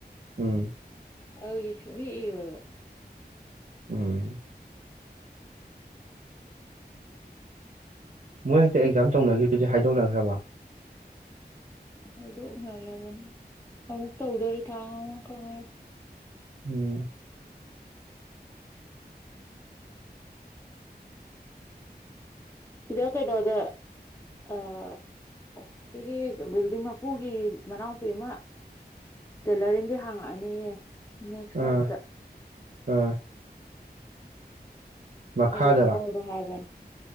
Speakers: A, on the right (about 50°); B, on the left (about 15°).
A: ꯎꯝ
B: ꯑꯗꯨꯒꯤ ꯁꯨꯡꯢ ꯢꯔꯣꯢꯕ
A: ꯎꯝ ꯃꯣꯏ ꯍꯥꯟꯗꯥꯛ ꯑꯦꯛꯖꯥꯝ ꯇꯧꯅꯈꯤꯕꯗꯨꯗꯤ ꯍꯥꯏꯗꯣꯛꯅꯈ꯭ꯔꯕ
B: ꯍꯥꯏꯗꯣꯛ ꯅꯔꯕꯅꯤ ꯑꯃꯨꯛ ꯇꯧꯗꯣꯔꯦ ꯊꯥ ꯑꯃꯈꯪ ꯉꯥꯢꯔꯦ
A: ꯎꯝ
B: ꯁꯤꯗ ꯀꯩꯅꯣꯗ ꯑ ꯑꯣ ꯁꯤꯒꯤ ꯕꯤꯜꯗꯤꯡ ꯃꯄꯨꯒꯤ ꯃꯅꯥꯎꯄꯤ ꯑꯃ ꯇꯦꯂꯔꯤꯡꯗꯤ ꯍꯥꯡꯉꯛꯑꯅꯤꯌꯦ ꯅꯦꯛꯁ
A: ꯑꯥ
B: ꯃꯥꯟꯠꯇ
A: ꯑꯥ ꯃꯈꯥꯗꯔꯥ
B: ꯑꯗꯨꯗ ꯌꯥꯎꯍꯧꯔꯣ ꯍꯥꯏꯕꯅꯤ